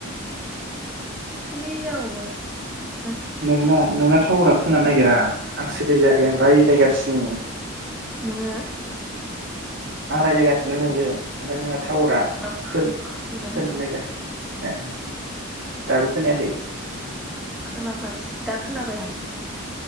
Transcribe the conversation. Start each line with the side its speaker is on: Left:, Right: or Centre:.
Centre: थनै जाबय <unintelligible>
Right: नोंना नोंना टावउरा खोनानो नागिरा आं सिरि जायाखै आं रायज्लायगासिनो।
Centre: नोङो
Right: आं रायज्लायगासिनो नोंजों ओमफ्राय नोंना टावरा
Centre: हाब
Right: होनो
Centre: खोनाफैयाखै
Right: <unintelligible> नायगा ए दाबो खोनायाखै?
Centre: खोनागासि दा खोनाबाय आं।